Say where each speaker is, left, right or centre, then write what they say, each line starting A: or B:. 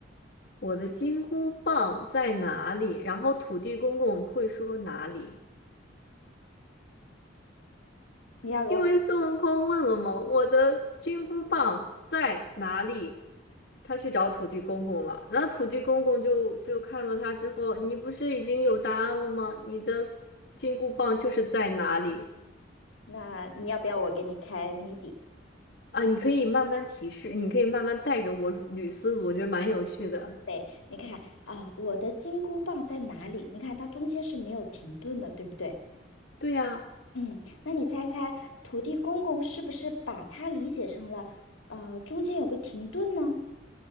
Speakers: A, on the left; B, on the left.
A: 我的金箍棒在哪里？然后土地公公会说哪里？
B: 你要给我，
A: 因为孙悟空问了嘛，我的金箍棒在哪里？他去找土地公公了，然后土地公公就就看了他之后，你不是已经有答案了吗？你的金箍棒就是在哪里？
B: 那你要不要我给你开谜底？
A: 啊，你可以慢慢提示，你可以慢慢带着我捋思路，我觉得蛮有趣的。
B: 对，你看啊，我的金箍棒在哪里？你看它中间是没有停顿的，对不对？
A: 对呀，
B: 嗯，那你猜猜，土地公公是不是把它理解成了，呃，中间有个停顿呢？